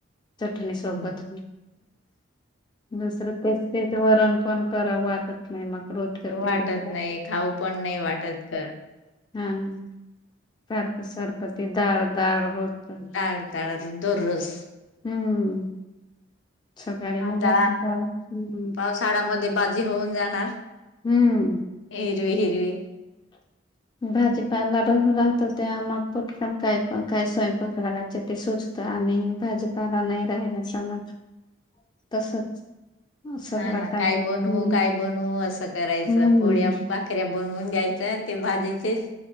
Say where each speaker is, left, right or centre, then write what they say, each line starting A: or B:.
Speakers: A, on the left (about 20°); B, on the left (about 75°).
A: चटणी सोबत
B: ह
A: दुसरं ते, ते वरण पण कराव वाटत नाही मग क्रोध करते
B: वाटत
A: खूप
B: नाही खाऊ पण नाही वाटत कर
A: हां सारखं सारखं ते दाळ दाळ रोजचं.
B: टाळ टाळ दररोज
A: हम्म सकाळी
B: आता
A: मुगाची डाळ हम्म
B: पावसाळामध्ये बाजी होऊन जाणार.
A: हम्म.
B: हिरवी हिरवी
A: भाजी पा ला होत तेव्हा मग पोटटा काय काय स्वयंपाक कराायचे ते सुजत आणि भाजूपा नाही राहिला समज तसच सगळा
B: हा ना
A: टाइम
B: काय बनवू
A: हम्म
B: काय बनवू असं करायचं
A: हम्म.
B: पोळ्या बाखऱ्या बनवून द्यायच ते भाजीचेच